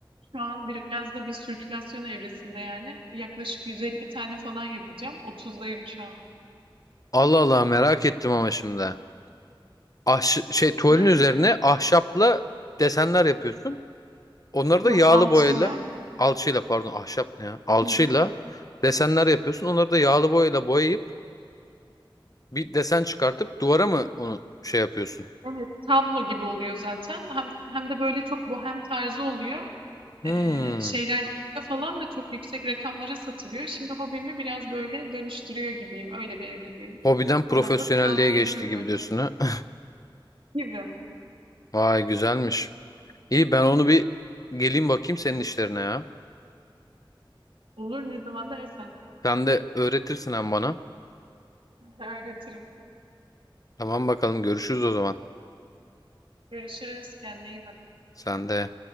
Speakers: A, on the right (about 80°); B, on the left (about 45°).
A: Şu an biraz da bir sirkülasyon evresinde yani. Yaklaşık 150 tane falan yapacağım. 30'dayım şu an.
B: <laughs> Allah Allah merak ettim ama şimdi. ahş şey tuvalin
A: Yani
B: üzerine ahşapla desenler yapıyorsun. Onları
A: yok
B: da yağlı
A: alçıyla.
B: boyayla alçıyla pardon ahşap ne ya? Alçıyla
A: Hı hı.
B: desenler yapıyorsun. Onları da yağlı boyayla boyayıp bir desen çıkartıp duvara mı onu şey yapıyorsun?
A: Evet tablo gibi oluyor zaten. Hem, hem de böyle çok bohem tarzı oluyor.
B: Hmm.
A: e, şeylerde falan da çok yüksek rakamlara satılıyor. Şimdi hobimi biraz böyle dönüştürüyor gibiyim. Öyle bir evredeyim.
B: Hobiden profesyonelliğe
A: Sana da tavsiye
B: geçti
A: ediyorum
B: gibi
A: öyle
B: diyorsun
A: bir şey.
B: ha. <laughs>
A: gibi.
B: Vay güzelmiş. İyi ben onu bir geleyim bakayım senin işlerine ya.
A: Olur ne zaman dersen.
B: Sen de öğretirsin hem bana.
A: <laughs> Öğretirim.
B: Tamam bakalım görüşürüz o zaman.
A: Görüşürüz. Kendine iyi bak.
B: Sen de.